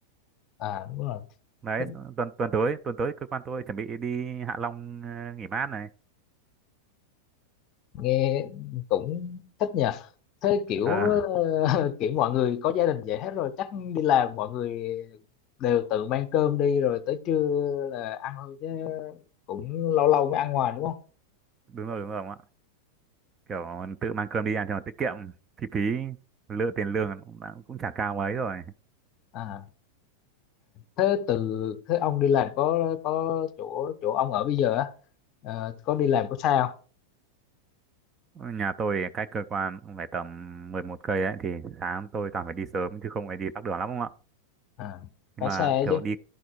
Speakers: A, on the left; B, on the right.
A: à đúng rồi
B: Đấy,
A: Thích-
B: tuần tuần tới, tuần tới cơ quan tôi chuẩn bị đi Hạ Long ờ, nghỉ mát này.
A: nghe cũng thích nhỉ thế
B: Ờ,
A: kiểu ờ, <laughs> kiểu mọi người có gia đình vậy hết rồi chắc đi làm mọi người đều tự mang cơm đi rồi tới trưa là ăn thôi chứ cũng lâu lâu mới ăn ngoài đúng không
B: đúng rồi, đúng rồi ông ạ. Kiểu tự mang cơm đi ăn cho nó tiết kiệm, chi phí lựa tiền lương cũng, cũng chả cao mấy rồi.
A: À, thế từ thế ông đi làm có có chỗ chỗ ông ở bây giờ á ờ, có đi làm có xa không?
B: Ở Nhà tôi cách cơ quan cũng phải tầm 11 cây ấy thì sáng tôi toàn phải đi sớm chứ không phải đi tắc đường lắm không ạ.
A: À,
B: Nhưng
A: khá
B: mà
A: xa ấy
B: kiểu
A: chứ
B: đi